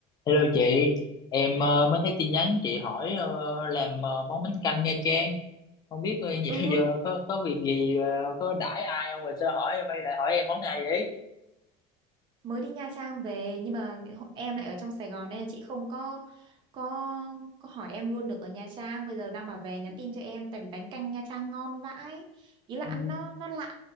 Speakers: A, on the left; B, on the right.
A: Hello chị, em ờ, mới thấy tin nhắn chị hỏi ờ, làm ờ, món bánh canh Nha Trang. Không biết người dạo
B: Ừ,
A: <laughs> giờ có có việc gì ờ, có đãi ai không mà sao hỏi em hay lại hỏi em món này vậy?
B: mới đi Nha Trang về nhưng mà em lại ở trong Sài Gòn nên là chị không có có có hỏi em luôn được ở Nha Trang. Bây giờ đang bảo về nhắn tin cho em tại vì bánh canh Nha Trang ngon vãi. Ý là
A: Ừ.
B: ăn nó nó lạ.